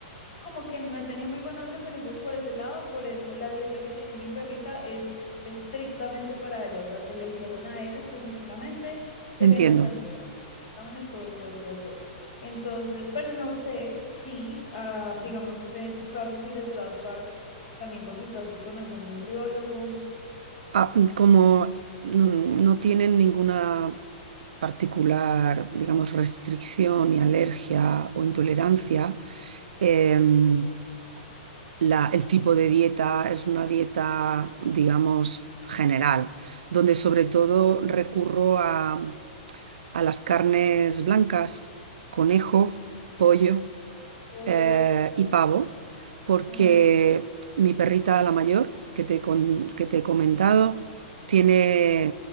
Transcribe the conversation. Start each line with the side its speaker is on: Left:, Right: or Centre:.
Left: como que no he tenido muy buenas referencias por ese lado, por eso la dieta que tiene mi perrita es estrictamente para ella, o sea, se le hicieron a ella específicamente, teniendo
Right: entiendo.
Left: en cuenta los exámenes, todo, todo, todo, todo. Entonces, pero no sé si, ah, digamos, no sé, en tu caso, si les das BARFs, también consultaste con algún nutriólogo,
Right: Ah, mm, como no, no tienen ninguna particular, digamos, restricción ni alergia o intolerancia, em, la- el tipo de dieta es una dieta, digamos, general, donde sobre todo recurro a, a las carnes blancas, conejo, pollo
Left: o
Right: eh,
Left: yo.
Right: y pavo, porque
Left: Ah, ok.
Right: mi perrita, la mayor, que te, con- que te he comentado, tiene,